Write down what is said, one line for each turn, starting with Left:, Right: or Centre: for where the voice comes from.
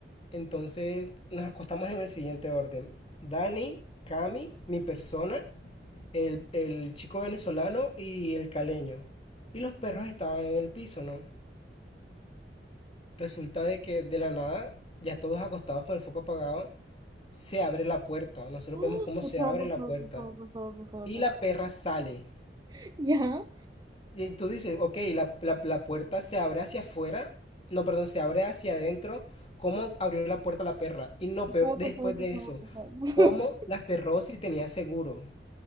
Left: Entonces nos acostamos en el siguiente orden. Dani, Cami, mi persona, el, el chico venezolano y el caleño. Y los perros estaban en el piso, ¿no? Resulta de que de la nada, ya todos acostados con el foco apagado, se abre la puerta. Nosotros
Right: ¡Oh!
Left: vemos cómo
Right: Por
Left: se
Right: favor,
Left: abre
Right: por
Left: la
Right: favor,
Left: puerta.
Right: por favor, por favor, por favor,
Left: Y
Right: por
Left: la
Right: favor,
Left: perra sale.
Right: <laughs> ¿Ya?
Left: Y tú dices, ok, la, la, la puerta se abre hacia afuera, no, perdón, se abre hacia adentro. ¿Cómo abrió la puerta la perra? Y no, peor,
Right: por
Left: después
Right: favor, por
Left: de
Right: favor,
Left: eso,
Right: por favor. por favor. <laughs>
Left: ¿cómo la cerró si tenía seguro?